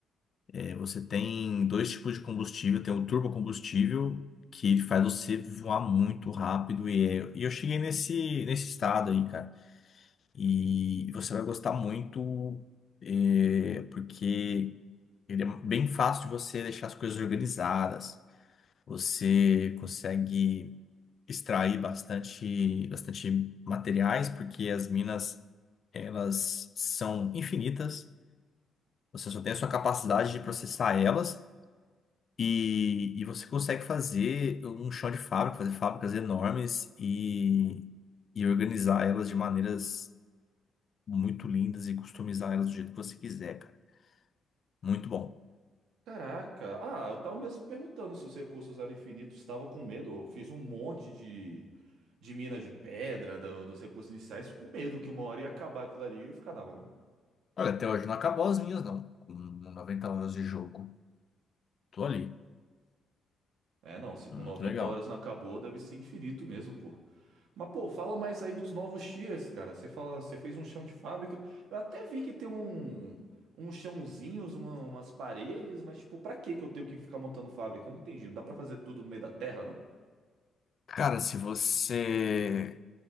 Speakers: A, on the left; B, on the right.
A: É, você tem dois tipos de combustível, tem o turbocombustível que faz você voar muito rápido e, é- e eu cheguei nesse nesse estado aí, cara. E você vai gostar muito, eh, porque ele é bem fácil de você deixar as coisas organizadas. Você consegue extrair bastante, bastante materiais, porque as minas, elas são infinitas. Você só tem a sua capacidade de processar elas. E, e você consegue fazer um chão de fábrica, fazer fábricas enormes e, e organizar elas de maneiras muito lindas e customizar elas do jeito que você quiser, cara. Muito bom.
B: Caraca, ah, eu tava mesmo perguntando se os recursos eram infinitos, estava com medo. Eu fiz um monte de, de mina de pedra, do- dos recursos iniciais, com medo que uma hora ia acabar aquilo ali e eu ia ficar na mão.
A: Olha, até hoje não acabou as minhas, não. Com 90 horas de jogo, tô ali.
B: É, não, se
A: Muito
B: com 90
A: legal.
B: horas não acabou, deve ser infinito mesmo, pô. Mas, pô, fala mais aí dos novos tiers, cara. Você fala, você fez um chão de fábrica. Eu até vi que tem um, uns chãozinhos, uma- umas paredes, mas, tipo, pra que que eu tenho que ficar montando fábrica? Eu não entendi. Não dá pra fazer tudo no meio da terra, não?
A: Cara, se você